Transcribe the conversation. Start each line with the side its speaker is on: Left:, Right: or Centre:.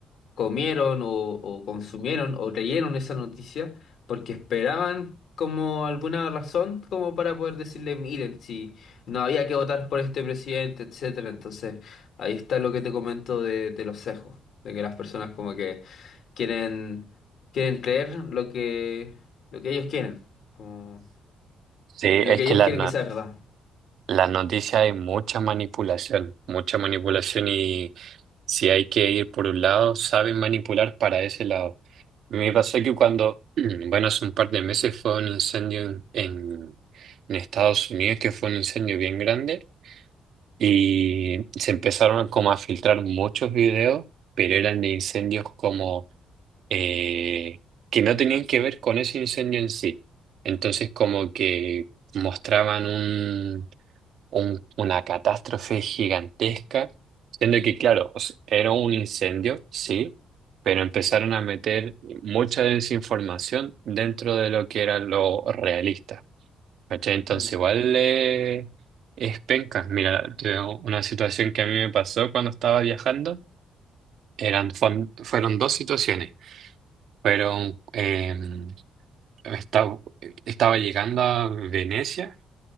Left: comieron o, o consumieron o creyeron esa noticia porque esperaban como alguna razón como para poder decirle, miren, si no había que votar por este presidente, etcétera. Entonces, ahí está lo que te comento de, de los sesgos, de que las personas como que quieren quieren creer lo que lo que ellos quieren, como
Right: sí, es
Left: lo que ellos
Right: que la,
Left: quieren que sea verdad.
Right: Las noticias hay mucha manipulación, mucha manipulación y si hay que ir por un lado, saben manipular para ese lado. Me
Left: Mm.
Right: pasó que cuando, <clears throat> bueno, hace un par de meses fue un incendio en, en- en Estados Unidos, que fue un incendio bien grande, y se empezaron como a filtrar muchos videos, pero eran de incendios como eh, que no tenían que ver con ese incendio en sí. Entonces como que mostraban un un- una catástrofe gigantesca, siendo que, claro, o sea, era un incendio, sí, pero empezaron a meter mucha desinformación dentro de lo que era lo realista. ¿Cachai? Entonces,
Left: Mm,
Right: igual eh, es penca. Mira, te digo, una situación que a mí me pasó cuando estaba viajando, eran, fueron fueron dos situaciones. Fueron, em, estaba, estaba llegando a Venecia